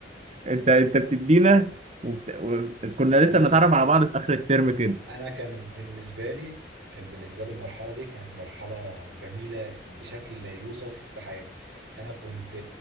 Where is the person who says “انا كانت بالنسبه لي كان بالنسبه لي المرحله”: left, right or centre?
Right